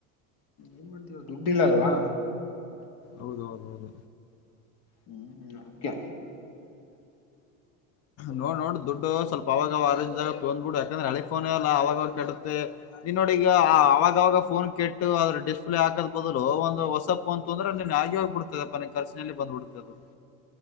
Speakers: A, on the left; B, on the left.
A: ಏನ್ ದುಡ್ಡಿಲ್ಲ ಅಲ್ವಾ
B: ಹೌದೌದ ಹೌದು
A: ಹ್ಮ್ ಅದಕ್ಕೆ
B: ನೋಡ್ ನೋಡು ದುಡ್ಡು ಸ್ವಲ್ಪ ಅವಗವಾಗ ಅರಂಜಾದಾಗ ತೊಂಡಬಿಡು ಯಾಕಂದ್ರೆ ಹಳಿ ಫೋನ್ ಅಲ್ಲ ಅವಾಗವಾಗ ಕೆಡುತ್ತೆ ನೀನ್ ನೋಡಿ ಈಗ ಅವಾಗವಾಗ ಫೋನ್ ಕೆಟ್ಟು ಅದ್ರ ಡಿಸ್ಪ್ಲೇ ಹಾಕದ್ ಬದಲು ಒಂದು ಹೊಸ ಫೋನ್ ತೊಂದ್ರ ನೀನಗ ಆಗೆ ಹೋಗ್ಬಡ್ತದೆಪ್ಪ ನೀನ್ ಖರ್ಚಿನಲ್ಲಿ ಬಂದಬಿಡತದು